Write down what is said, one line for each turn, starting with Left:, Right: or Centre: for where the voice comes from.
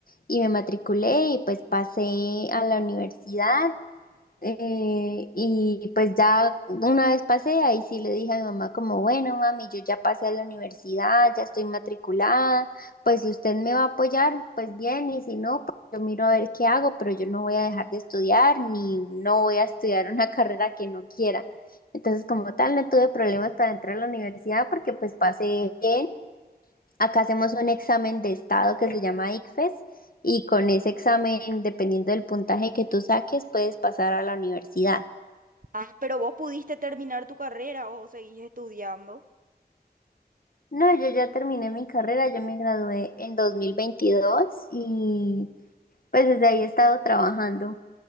Left: y me matriculé y pues pasé a la universidad eh, y pues ya una vez pasé, ahí sí le dije a mi mamá como, bueno, mami, yo ya pasé a la universidad, ya estoy matriculada, pues si usted me va a apoyar, pues bien, y si no, pues yo miro a ver qué hago, pero yo no voy a dejar de estudiar, ni no voy a estudiar una <laughs> carrera que no quiera. Entonces, como tal, no tuve problemas para entrar a la universidad porque pues pasé bien Acá hacemos un examen de estado que se llama ICFES y con ese examen, dependiendo del puntaje que tú saques, puedes pasar a la universidad.
Right: Ah, pero vos pudiste terminar tu carrera o seguís estudiando.
Left: No, yo ya terminé mi carrera, yo me gradué en 2022 y pues desde ahí he estado trabajando.